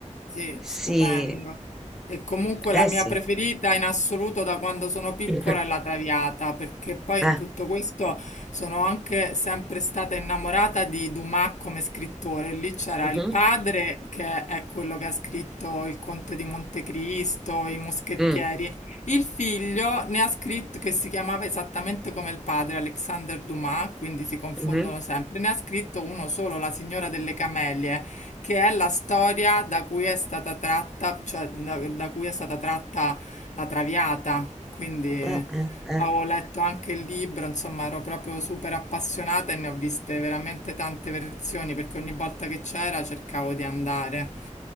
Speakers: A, on the left; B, in the centre.
A: Sì,
B: Sì,
A: stupendo. E comunque
B: eh
A: la mia
B: sì.
A: preferita in assoluto da quando sono piccola
B: <laughs>
A: è la Traviata, perché poi
B: Eh.
A: in tutto questo sono anche sempre stata innamorata di Dumas come scrittore. Lì c'era
B: mhm,
A: il padre, che è quello che ha scritto Il Conte di Montecristo, I Moschettieri.
B: mm,
A: Il figlio ne ha scritto che si chiamava esattamente come il padre, Alexander Dumas, quindi si confondono
B: mhm.
A: sempre. Ne ha scritto uno solo, La signora delle camelie che è la storia da cui è stata tratta, cioè da, da cui è stata tratta la Traviata. Quindi eh,
B: Eh, eh, eh.
A: avevo letto anche il libro, insomma, ero proprio super appassionata e ne ho viste veramente tante versioni perché ogni volta che c'era cercavo di andare.